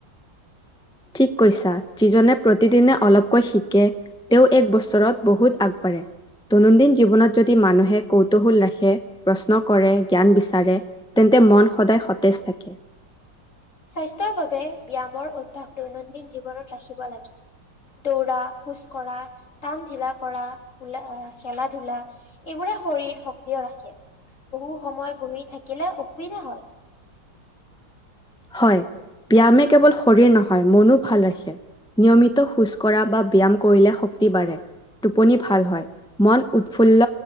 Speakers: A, in the centre; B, on the left.
A: ঠিক কৈছা। যিজনে প্ৰতিদিনে অলপকৈ শিকে তেওঁ এক বছৰত বহুত আগবাঢ়ে। দৈনন্দিন জীৱনত যদি মানুহে কৌতুহল ৰাখে প্ৰশ্ন কৰে। জ্ঞান বিচাৰে। তেন্তে মন সদায় সতেজ থাকে।
B: স্বাস্থ্যৰ বাবে ব্যায়ামৰ অভ্যাস দৈনন্দিন জীৱনত ৰাখিব লাগে। দৌৰা খোজ কঢ়া টান ঢিলা কৰা খেলা ধূলা এইবোৰে শৰীৰ সক্ৰিয় ৰাখে। বহু সময় বহি থাকিলে অসুবিধা হয়।
A: হয়। ব্যায়ামে কেৱল শৰীৰ নহয়। মনো ভাল ৰাখে। নিয়মিত খোজ কঢ়া বা ব্যায়াম কৰিলে। শক্তি বাঢ়ে। টোপনি ভাল হয়। মন উৎফুল্ল